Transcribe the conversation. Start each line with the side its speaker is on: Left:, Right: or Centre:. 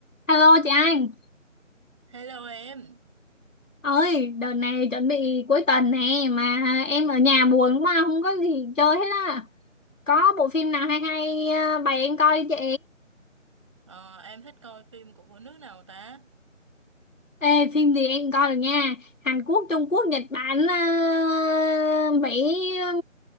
Left: Alo chị Anh
Right: Hello em,
Left: ơi đợt này chuẩn bị cuối tuần nè mà em ở nhà buồn quá không có gì chơi hết á có bộ phim nào hay hay ờ, bày em coi đi chị
Right: ờ, em thích coi phim của nước nào ta?
Left: Ê phim gì em coi được nha Hàn Quốc Trung Quốc Nhật Bản ờ, Mỹ ờ,